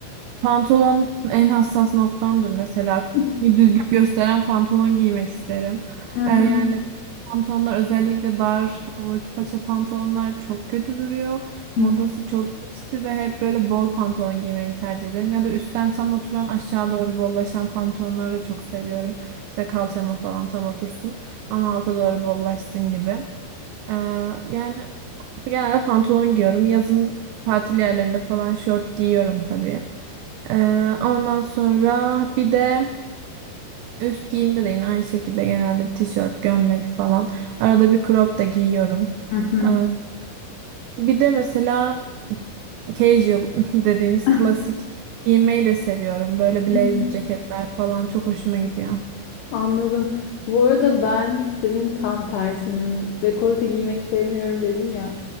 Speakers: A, on the right; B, on the left.
A: Pantolon en hassas noktamdır mesela.
B: hı.
A: Bir düzgün gösteren pantolon giymek isterim.
B: Hı
A: Ee,
B: hı,
A: yani pantolonlar özellikle dar, hava uç paça pantolonlar çok kötü duruyor. Modası
B: hı
A: çok geçti ve hep böyle bol pantolon giymeyi tercih ederim. Ya da üstten tam oturan aşağı doğru bollaşan pantolonları da çok seviyorum. İşte kalçama falan tam otursun ama alta doğru bollaşsın gibi. Ee, yani genelde pantolon giyiyorum. Yazın tatil yerlerinde falan şort giyiyorum tabii. Ee, ondan sonra bir de üst giyimde de yine aynı şekilde genelde tişört, gömlek falan. Arada bir crop da giyiyorum.
B: hı,
A: Ee, bir de mesela casual <laughs> dediğimiz
B: hı
A: klasik giymeyi de seviyorum. Böyle blazer
B: hı.
A: ceketler
B: <laughs>
A: falan çok hoşuma gidiyor.
B: Anladım. Bu arada ben senin tam tersinim. Dekolte giymeyi sevmiyorum dedin ya.